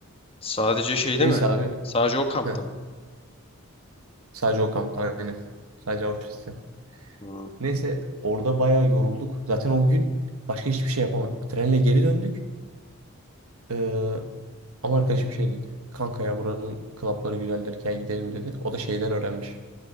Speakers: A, on the left; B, on the right.
A: Sadece şeyde
B: Neyse
A: mi?
B: abi.
A: Sadece o kampta
B: Heh,
A: mı?
B: sadece o kampta aynı. Sadece Auschwitz'te.
A: Hmm.
B: Neyse orada bayağı yorulduk. Zaten o gün başka hiçbir şey yapamadık. Trenle geri döndük. Ee, ama arkadaşım şey dedi. Kanka ya buranın klapları güzeldir gel gidelim dedi. O da şeyden öğrenmiş.